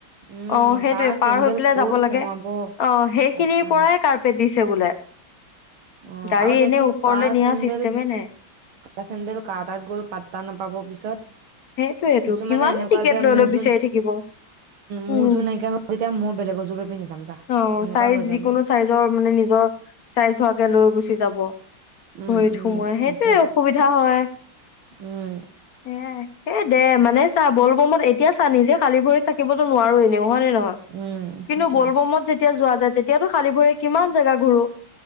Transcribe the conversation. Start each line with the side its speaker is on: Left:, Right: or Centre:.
Right: উম,
Left: অহ সেইটোৱে
Right: কাৰ চেণ্ডেল
Left: পাৰ হৈ পেলাই
Right: ক'ত
Left: যাব
Right: সোমাব
Left: লাগে অহ সেইখিনিৰ
Right: পাত্তা
Left: পৰাই কাৰ্পেট দিছে বোলে।
Right: অহ,
Left: গাড়ী
Right: আৰু
Left: এনে
Right: দেচোন
Left: ওপৰলে
Right: কাৰ
Left: নিয়া
Right: চেণ্ডেল
Left: চিষ্টেমে
Right: উহ,
Left: নাই
Right: কাৰ চেন্দেল কাৰ তাত গ'ল পাত্তা নাপাব পিছত
Left: সেটোৱেতো
Right: কিছুমানে
Left: কিমান
Right: এনেকুৱা
Left: টিকেত
Right: যে
Left: লৈ
Right: মোৰ
Left: -লৈ
Right: যোন
Left: বিচাৰি থাকিব
Right: মোৰ
Left: উম
Right: যোৰ নাইকিয়া হ'ল যেতিয়া মই বেলেগৰ যোৰকে পিন্ধি যাম যা।
Left: অ'
Right: সেনেকুৱা
Left: চাইজ
Right: হৈ যাব।
Left: যিকোনো চাইযৰ মানে নিজৰ চাই তাকে লৈ গুচি যাব।
Right: উম,
Left: ভৰিত
Right: উম,
Left: সোমাই সেইটোৱে
Right: তাকেতো
Left: অসুবিধা হয়
Right: উম,
Left: <unintelligible> সেয়াই। এ' দে মানে চা বল বমত এতিয়া চা নিজে খালী ভৰিত থাকিবতো নোৱাৰো এনে। নহয় নে নহয়
Right: উম,
Left: কিন্তু
Right: সেইটোয়ে।
Left: বল বমত যে তেতিয়া যোৱা যায় তেতিয়াতো খালী বোৰে কিমান জেগা ঘূৰো